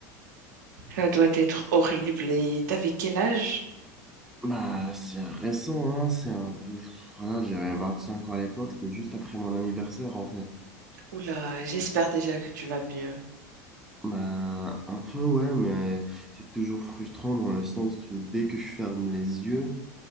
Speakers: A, on the right (about 75°); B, in the centre.
A: Ça doit être horrible. Et t'avais quel âge?
B: Bah, c'est récent, hein, c'est un peu... Voilà, j'avais 25 ans à l'époque, c'était juste après mon anniversaire, en fait.
A: Oula, j'espère déjà que tu vas mieux.
B: Bah, un peu, ouais, mais c'est toujours frustrant dans le sens où dès que je ferme les yeux,